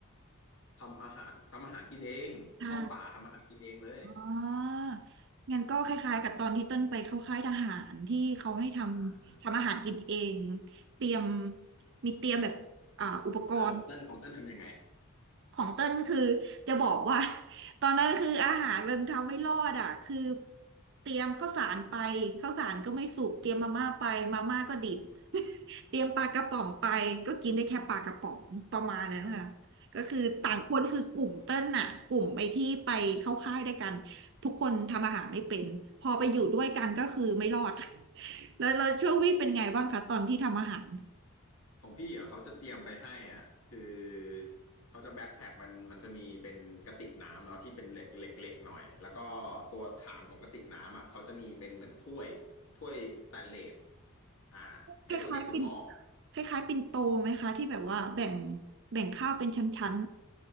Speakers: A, on the left (about 75°); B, on the right (about 55°).
A: ทำอาหารทำอาหารกินเองเข้าป่าทำอาหารกินเองเลย
B: ใช่ อ่างั้นก็คล้ายๆกับตอนที่เต้นไปเข้าค่ายทหารที่เขาให้ทำทำอาหารกินเอง
A: อ่า
B: เตรียมมีเตรียมแบบอ่าอุปกรณ์
A: เออของเติ้ลของเติ้ลทำยังไง
B: ของเต้นคือจะบอกว่า <laughs> ตอนนั้นคืออาหารมันทำไม่รอดอ่ะคือเตรียมข้าวสารไปข้าวสารก็ไม่สุกเตรียมมาม่าไปมาม่าก็ดิบ <laughs> เตรียมปลากระป๋องไปก็กินได้แค่ปลากระป๋องประมาณนั้นค่ะก็คือต่างคนคือกลุ่มเต้นน่ะกลุ่มไอ้ที่ไปเข้าค่ายด้วยกัน
A: อ๋อ
B: ทุกคนทำอาหารไม่เป็นพอไปอยู่ด้วยกันก็คือไม่รอด <laughs> แล้วแล้วช่วงวี่เป็นไงบ้างคะตอนที่ทำอาหาร
A: ของพี่อ่ะเขาจะเตรียมไปให้อ่ะคือเขาจะแบ็คแพ็คมันมันจะมีเป็นกระติกน้ำเนาะที่เป็นเหล็กเหล็กเหล็กหน่อยแล้วก็ตัวฐานของกระติกน้ำอ่ะเขาจะมีเป็นเหมือนถ้วยถ้วยสแตนเลสอ่าไอตัวเนี้ยคือหม้อ
B: คล้ายๆปิ่นคล้ายๆปิ่นโตไหมคะที่แบบว่าแบ่งแบ่งข้าวเป็นชั้น